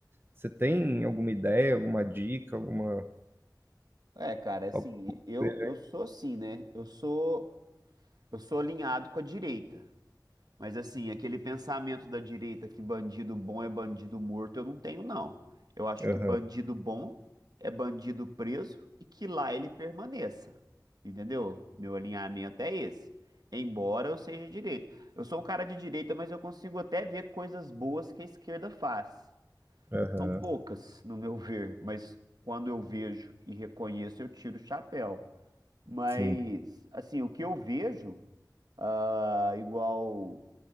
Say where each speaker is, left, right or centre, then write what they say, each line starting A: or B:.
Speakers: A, on the right; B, on the right.
A: Você tem alguma ideia, alguma dica, alguma.
B: É, cara, assim,
A: algo
B: eu,
A: que
B: eu sou assim, né? Eu sou eu sou alinhado com a direita. Mas assim, aquele pensamento da direita que bandido bom é bandido morto, eu não tenho, não. Eu acho
A: Aham,
B: que bandido bom é bandido preso e que lá ele permaneça. Entendeu? Meu alinhamento é esse. Embora eu seja direito. Eu sou um cara de direita, mas eu consigo até ver coisas boas que a esquerda faz.
A: aham,
B: São poucas, no meu ver, mas quando eu vejo e reconheço, eu tiro o chapéu. Mas,
A: sim,
B: assim, o que eu vejo, ah, igual